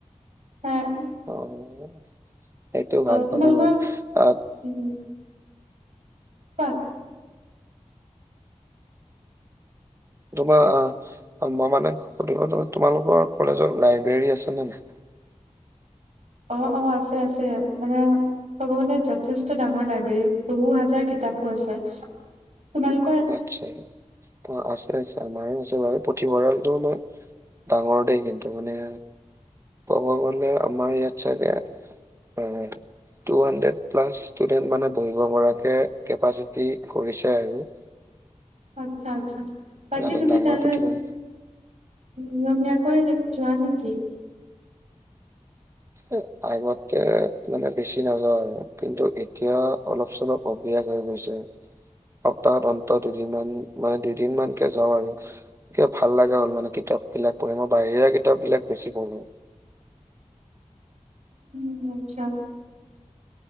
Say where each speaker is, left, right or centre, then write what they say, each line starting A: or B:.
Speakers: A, on the right; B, on the right.
A: পাম
B: অ', সেইটো ভাল
A: তোমালোকৰ
B: কথা বাৰু। <unintelligible>
A: উম। কোৱা।
B: তোমা অ মই মানে সুধিব <unintelligible> তোমালোকৰ কলেজৰ লাইব্ৰেৰী আছে নে নাই?
A: অ, অ আছে, আছে। মানে ক'ব গলে যথেষ্ট ডাঙৰ লাইব্ৰেৰী, বহু হাজাৰ কিতাপো আছে। তোমালোক
B: আচ্ছা, আছে, আছে আমাৰো আছে বাৰু। পুথিভঁৰালটো মা ডাঙৰ দেই কিন্তু। মানে ক'ব গলে আমাৰ ইয়াত চাগে উম। টু হাণ্ড্ৰেড প্লাছ ষ্টুডেন্ট মানে বহিব পৰাকে কেপাচিটি কৰিছে আৰু।
A: আচ্ছা, আচ্ছা। বাকী
B: অলপ
A: তুমি
B: ডাঙৰ
A: তালৈ
B: প্ৰতিভা
A: নিয়মীয়াকৈ যোৱা নেকি?
B: এ আগতে মানে বেছি নাযাওঁ আৰু কিন্তু এতিয়া অলপ-চলপ অ বিয়া হৈ গৈছে। সপ্তাহত অন্ত দুদিনমান মানে দুদিনমানকে যাওঁ আৰু। কিবা ভাল লাগা হ'ল মানে কিতাপবিলাক পঢ়ি। মই বাহিৰা কিতাপবিলাক বেছি পঢ়ো।
A: উ আচ্ছা।